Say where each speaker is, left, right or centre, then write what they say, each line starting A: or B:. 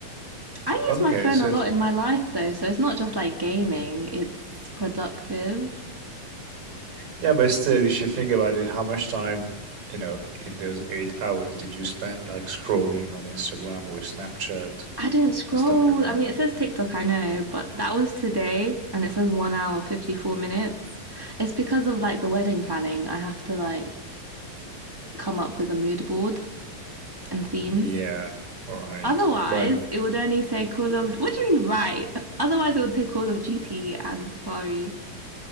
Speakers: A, on the right; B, on the right.
A: I
B: Okay,
A: use my phone
B: so
A: a lot in my life though, so it's not just like gaming, it's productive.
B: Yeah, but still, if you think about it, how much time, you know, in those eight hours did you spend like scrolling on Instagram or Snapchat
A: I don't scroll.
B: and stuff like that?
A: I mean, it says TikTok, I know, but that was today and it says one hour, 54 minutes. It's because of like the wedding planning. I have to like come up with a mood board and themes.
B: Yeah, all right.
A: Otherwise,
B: But
A: it would only say Call of. What do you mean, right? Otherwise, it would say Call of Duty and Safari,